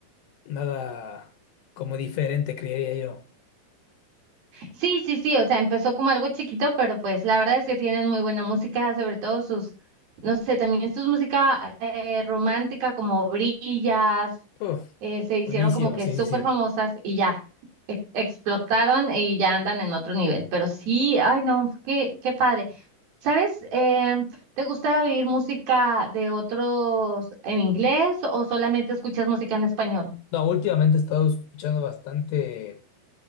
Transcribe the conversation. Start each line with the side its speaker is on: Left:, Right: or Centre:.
Left: Nada como diferente, creería yo.
Right: Sí, sí, sí, o sea, empezó como algo chiquito, pero pues la verdad es que tienen muy buena música, sobre todo sus, no sé, también sus música eh, romántica como Brillas,
Left: Uf,
Right: eh, se hicieron
Left: buenísimo,
Right: como que
Left: sí,
Right: súper
Left: sí, sí.
Right: famosas y ya, ex- explotaron y ya andan en otro nivel, pero sí, ay no, qué, qué padre. ¿Sabes? Eh, ¿te gusta oír música de otros en inglés o solamente escuchas música en español?
Left: No, últimamente he estado escuchando bastante